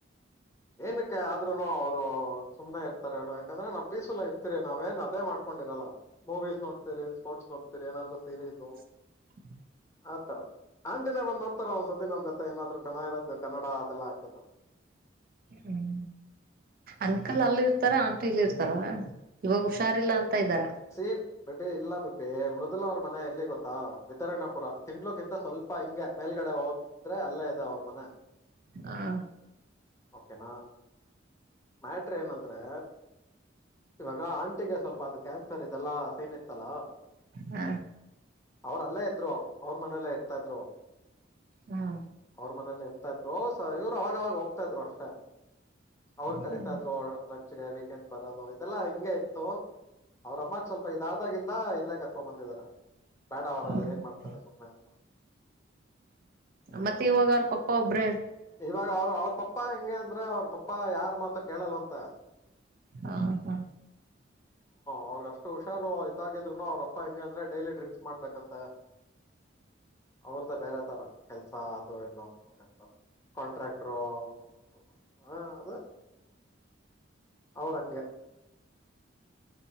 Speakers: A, on the left; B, on the right.
A: ಏನಕ್ಕೆ ಆದ್ರೂನು ಅವರು ಸುಮ್ನೆ ಇರ್ತಾರ ಹೇಳು ಯಾಕಂದ್ರೆ ನಾವ್ ಪೀಸ್ಫುಲ್ ಇರ್ತಿರಿ ನಾವೇನ್ ಅದ ಮಾಡ್ಕೊಂಡ ಇರಲ್ಲ ಮೂವೀಸ್ ನೋಡ್ತೀರಿ ಸ್ಪೋರ್ಟ್ಸ್ ನೋಡ್ತತಿರಿ ಏನಾದ್ರು ಸೀರೀಸ್
B: ಹ <inaudible>
A: ಆಥರ ಆಂಟಿನ ಬಂದ್ ನೋಡ್ತಾರ ಒಂದ್ಸತಿ ನಮ್ ಜೊತೆ ಏನಾದ್ರು ಚೆನ್ನಾಗಿರೋದದು ಕನ್ನಡ ಅದೆಲ್ಲ ಹಾಕಿದ್ರ
B: ಹ್ಮ್ ಅಂಕಲ್ ಅಲ್ಲಿ ಇರ್ತಾರ ಆಂಟಿ ಇಲ್ಲಿ ಇರ್ತಾರ ಇವಾಗ ಹುಷಾರಿಲ್ಲ ಅಂತ ಇದ್ದಾರ
A: ಸೀನ್ ಬಬೆ ಇಲ್ಲ ಬೆಬ್ಬೆ ಮೃದ ಮೊದಲು ಅವ್ರ ಮನೆ ಎಲ್ಲಿ ಗೊತ್ತಾ ವಿತರಣಪುರ ತಿಂಳಕ್ಕಿಂತ ಸ್ವಲ್ಪ ಹಿಂಗೆ ಮೇಲ್ಗಡೆ ಹೋಗದ್ರೆ ಅಲ್ಲೇ ಅವ ಮನೆ
B: ಹ
A: ಓಕೆನಾ ಮಟ್ ಏನಂದ್ರೆ ಇವಾಗ ಆಂಟಿಗೆ ಸ್ವಲ್ಪ ಅದು ಕ್ಯಾನ್ಸರ್ ಇದೆಲ್ಲಾ ಸೈನ್ ಇತ್ತಲ್ಲಾ
B: ಹ
A: ಅವ್ರಲ್ಲ ಇದ್ರು ಅವ್ರ ಮನೆಯಲ್ಲ ಇರ್ತಾ ಇದ್ರು
B: ಹಾ
A: ಅವ್ರ ಮನೇಲಿ ಇರ್ತ ಇದ್ರು ಸ ಇವ್ರು ಅವಾಗ ಅವಾಗ ಹೋಗ್ತ <unintelligible> ಅಷ್ಟ ಅವ್ರು ಕರತ
B: ಹ್ಮ
A: ಇದ್ರು ಲಂಚ್ಗೆ ವೀಕೆಂಡಸ್ ಬರೋದು ಇದೆಲ್ಲಾ ಹಿಂಗೆ ಇತ್ತು ಅವ್ರಮ್ಮಕ್ ಸ್ವಲ್ಪ ಇದಾದಾಗಿಂದ ಇಲ್ಲೇ ಕರ್ಕೊಂಡ್ ಬಂದಿದಾರ ಬೇಡ ಅವರಲ್ಲ
B: ಹ್ಮ
A: ಏನ್ ಮಾಡ್ತಾರೆ ಸುಮ್ನೆ ಅಂತ
B: ಮತ್ತೆ ಇವಾಗ ಅವ್ರ ಪಪ್ಪ ಒಭ್ರ
A: ಇವಾಗ ಅವ್ರ ಅವ್ರ ಪಪ್ಪಾ ಹೆಂಗಗೆ ಅಂದ್ರ ಅವ್ರ ಪಪ್ಪ ಯಾರಾರ್ ಮಾತ ಕೇಳಲ್ವಂತ
B: ಹ ಹಾ
A: ಅವ್ರಗ್ ಅಷ್ಟು ಹುಷಾರು ಇದಾಗಿದ್ರುನು ಅವ್ರ ಅಪ್ಪ ಹೆಂಗಗೆ ಅಂದ್ರೆ ಡೈಲಿ ಡ್ರಿಂಕ್ಸ್ ಮಾಡ್ಬೇಕಂತ ಅವ್ರ್ದ ಬೇರೆ ತರ ಕೆಲ್ಸ ಅದು ಇದು ಅನ್ಕೊಂಡಿರ್ತಾರ ಕಾಂಟ್ರಾಕ್ಟರ ಅಂತ ಹ ಅದ ಅವರಂಗ